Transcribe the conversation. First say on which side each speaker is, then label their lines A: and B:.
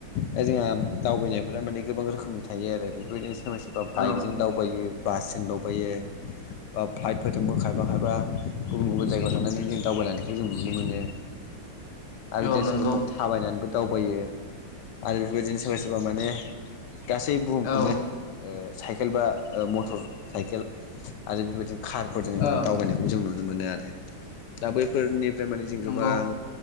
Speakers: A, on the left (about 70°); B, on the left (about 90°).
A: दा जोंहा दावबायनायफोरा माने गोबां रोखोमनि थायो आरो बेफोरदिनो सोरबा सोरबा बाइकजों
B: औ
A: दावबायो बासजों दावबायो बा फ्लाइटफोरजोंबो खायफा खायबा गुबुन गुबुन जायगायाव थांनानै जों दावबायलांनायखौ जों नुनो मोनो आरो बिदिनो
B: औ नंगौ
A: सोरबा सोरबा थाबायनानैबो दावबायो आरो बेफोरबायदिनो सोरबा सोरबा माने गासै बु खौनो
B: औ
A: ओ साइकेल बा मटर साइकेल आरो बेबायदिनो कार फोरजों माने
B: ओ
A: दावबायनायखौबो जों नुनो मोनो आरो दा बैफोरनिफ्राय माने जों गोबां
B: नंगौ